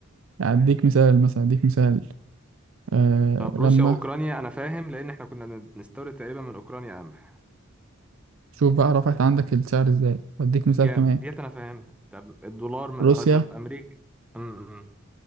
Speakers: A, on the right; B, in the centre.
A: يعني أديك مثال مثلا أديك مثال أه
B: طب
A: لما
B: روسيا واوكرانيا انا فاهم لان احنا كنا بنستورد تقريبا من اوكرانيا قمح
A: شوف بقى رفعت عندك السعر إزاي وأديك مثال
B: جامد
A: كمان
B: ديت انا فاهمها طب الدولار م... اه
A: روسيا
B: طب امريكا امم